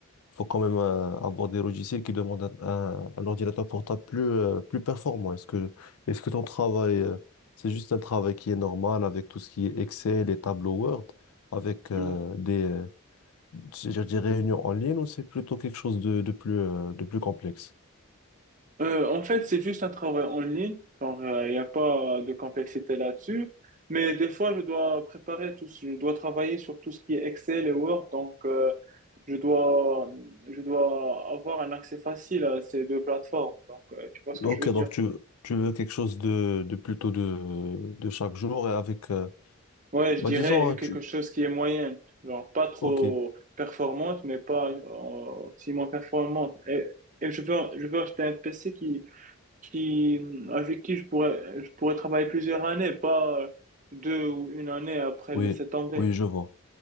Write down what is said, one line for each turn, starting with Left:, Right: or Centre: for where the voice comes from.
Left: faut quand même euh, avoir des logiciels qui demandent un, un- un ordinateur portable plus, euh, plus performant. Est-ce que, est-ce que ton travail, euh, c'est juste un travail qui est normal avec tout ce qui est Excel et tableau Word, avec euh,
Right: Ouais.
Left: des, euh, je je réunions en ligne, ou c'est plutôt quelque chose de, de plus, euh, de plus complexe?
Right: Euh, en fait, c'est juste un travail en ligne. Genre, il n'y a pas de complexité là-dessus. Mais des fois, je dois préparer tout, ce- je dois travailler sur tout ce qui est Excel et Word. Donc, euh, je dois, je dois avoir un accès facile à ces deux plateformes. Donc, euh, tu vois ce que
Left: Ok,
Right: je veux
Left: donc
Right: dire?
Left: tu, tu veux quelque chose de, de plutôt de, de chaque jour et avec, euh,
Right: Ouais, je
Left: bah
Right: dirais
Left: disons, hein,
Right: quelque
Left: tu,
Right: chose qui est moyenne. Genre, pas trop
Left: ok,
Right: performante, mais pas euh, si moins performante. Et, et je veux, je veux acheter un PC qui, qui, avec qui je pourrais, je pourrais travailler plusieurs années, pas euh, deux ou une année après
Left: oui,
Right: laisser tomber.
Left: oui, je vois.